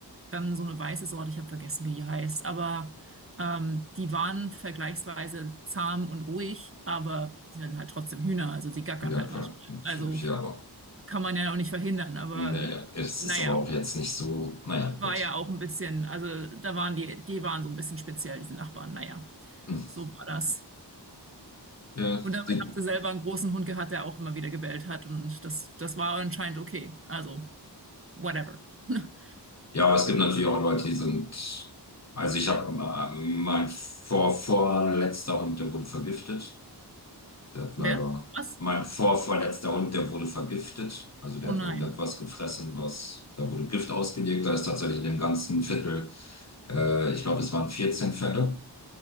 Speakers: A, on the right; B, on the left.
A: dann so eine weiße Sorte, ich habe vergessen, wie die heißt, aber ähm, die waren vergleichsweise zahm und ruhig, aber sie werden halt trotzdem Hühner, also sie gackern
B: Ja,
A: halt
B: klar.
A: manchmal.
B: Natürlich,
A: Also
B: ja, aber.
A: kann man ja auch nicht verhindern, aber
B: Naja, es
A: naja,
B: ist aber auch jetzt nicht so. Naja,
A: war
B: gut.
A: ja auch ein bisschen, also da waren die, die waren so ein bisschen speziell, diese Nachbarn, naja,
B: Mhm.
A: so war das.
B: Ja,
A: Und dabei
B: die,
A: haben sie selber einen großen Hund gehabt, der auch immer wieder gebellt hat und das, das war anscheinend okay, also whatever. <laughs>
B: Ja, aber es gibt natürlich auch Leute, die sind. Also ich habe äh, mein vor vorletzter Hund, der wurde vergiftet. Der hat leider.
A: Wer? Was?
B: Mein vorvorletzter Hund, der wurde vergiftet. Also der
A: Oh nein,
B: hat irgendetwas gefressen, was. Da wurde Gift ausgelegt. Da ist tatsächlich in dem ganzen Viertel, äh, ich glaube, es waren 14 Fälle,